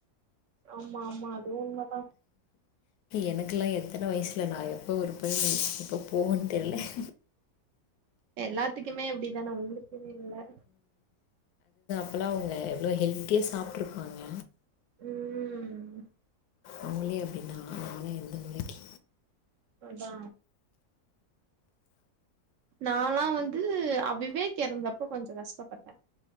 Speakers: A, on the right; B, on the left.
A: ஆமா ஆமா அதுவு உண்மதா
B: எனக்குல்லா எத்தன வயசுல நா எப்போ இருப்பே எப்ப போவன் தெர்ல <inaudible>
A: எல்லாத்துக்குமே இப்டித்தானே உங்களுக்குன் இல்ல
B: அப்போலா அவுங்க எவ்ளோ ஹெல்த்தியா சாப்ட்ருப்பாங்க
A: ம்
B: அவுங்களே அப்டின்னா நானா எந்த மூலைக்கி
A: அதா நாலா வந்து அ விவேக் எறந்தப்ப கொஞ்சே கஷ்டப்பட்ட